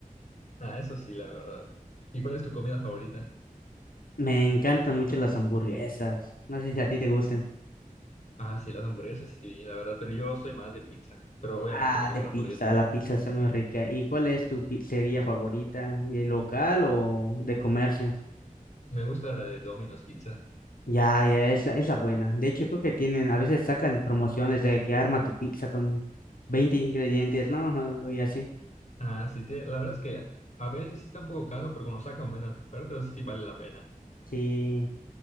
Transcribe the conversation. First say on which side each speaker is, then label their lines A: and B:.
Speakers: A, on the left; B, on the left.
A: Ah, eso sí, la verdad. ¿Y cuál es tu comida favorita?
B: Me encantan mucho las hamburguesas. No sé si a ti te gusten.
A: Ah, sí, las hamburguesas, sí, la verdad, pero yo soy más de pizza, pero obviamente
B: Ah,
A: me gusta
B: de pizza,
A: la hamburguesa igual.
B: la pizza está muy rica. ¿Y cuál es tu pizzería favorita? ¿El local o de comercio?
A: Me gusta la de Domino's Pizza.
B: Ya, ya, es la, es la buena. De hecho, creo que tienen, a veces sacan promociones de que arma tu pizza con 20 ingredientes, ¿no? Y así.
A: Ah, sí, tiene- la verdad es que a veces sí está un poco caro, pero cuando sacan buenas ofertas sí vale la pena.
B: Sí.